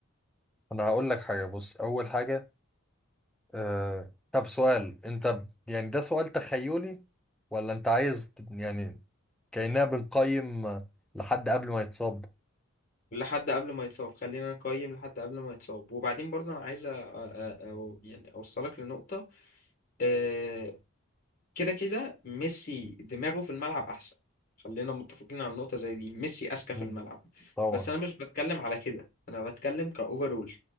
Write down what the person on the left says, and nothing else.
لحد قبل ما يتصاب خلينا نقيم لحد قبل ما يتصاب وبعدين برضو انا عايز أ- أ- او يعني اوصلك لنقطة آه، كده كده ميسي دماغه في الملعب احسن خلينا متفقين على نقطة زي دي ميسي اذكى
في الملعب
بس انا مش بتكلم على كده انا بتكلم كاوفرول